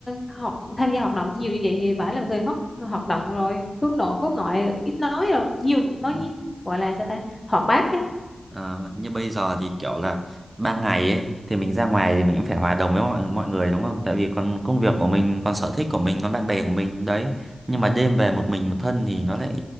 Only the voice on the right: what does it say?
Ừ.
Ờ, như bây giờ thì kiểu là ban ngày ấy thì mình ra ngoài thì mình cũng phải hòa đồng với mọi mọi người đúng không? Tại vì còn công việc của mình, còn sở thích của mình, còn bạn bè của mình đấy. Nhưng mà đêm về một mình một thân thì nó lại